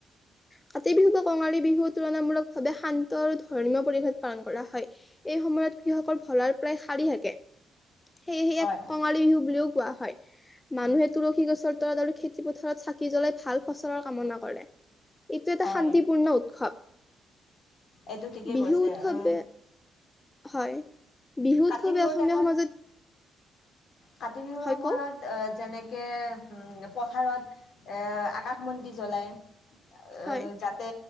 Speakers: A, on the left; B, on the left.
A: কাতি বিহু বা কঙালী বিহু তুলনামূলকভাৱে শান্ত আৰু ধৰ্মীয় পৰিৱেশ পালন কৰা হয় এই সময়ত কৃষকৰ ভঁৰাল প্ৰায় খালী থাকে। সেয়েহে ইয়াক
B: হয়
A: কঙালী বিহু বুলিও। কোৱা হয়, মানুহে তুলসী গছৰ তলত আৰু খেতি পথাৰত চাকি জ্বলাই ভাল ফচলৰ কামনা কৰে। এইটো
B: হয়
A: এটা শান্তিপূৰ্ণ উৎসৱ।
B: এইটো ঠিকেই
A: বিহু
B: কৈছে
A: উৎসৱ
B: আহ,
A: হয় বিহু
B: কাতি
A: উৎসৱে
B: বিহুৰ
A: অসমীয়া
B: টাইমত
A: সমাজত।
B: কাতি বিহুৰ
A: হয়
B: সময়ত
A: কওক
B: অ যেনেকে ম পথাৰত এ আকাশ বন্তি জ্বলায়। অ
A: হয়
B: যাতে